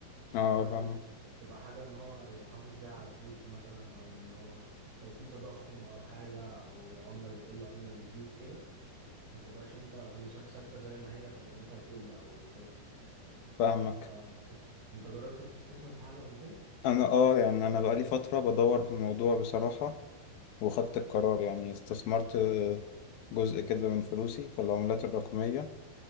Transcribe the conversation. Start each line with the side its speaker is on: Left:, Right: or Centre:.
Left: اه
Right: كمان
Left: فاهم
Right: تبقى حاجة ان هو يحافظ بيها على فلوسه مثلا او ان هو لو في تضخم او حاجة او عملة بتقل عملة بتزيد كده ما تبقاش انت فلوسك ثابتة زي ما هي فقيمتها تقل او كده
Left: فاهمك
Right: فبس انت جربت تستثمر في حاجة قبل كده؟
Left: انا اه يعني انا بقالي فترة بدور في الموضوع بصراحة وخدت القرار يعني استثمرت جزء كده من فلوسي في العملات الرقمية